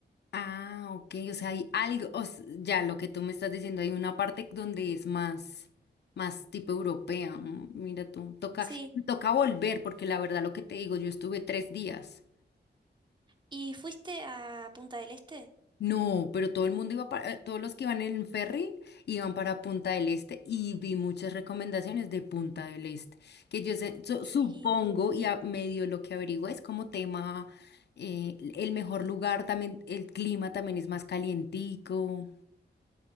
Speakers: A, on the left; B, on the right.
A: Ah, ok, o sea, hay algo, o s- ya lo que tú me estás diciendo, hay una parte donde es más, más tipo europea. mm, Mira tú, toca,
B: Sí.
A: me toca volver, porque la verdad lo que te digo, yo estuve tres días.
B: ¿Y fuiste a Punta del Este?
A: No, pero todo el mundo iba para, eh, todos los que iban en ferry iban para Punta del Este y vi muchas recomendaciones de Punta del Este, que yo sé- su-
B: Sí.
A: supongo y a medio lo que averiguo es como tema, eh, el mejor lugar también, el clima también es más calientico.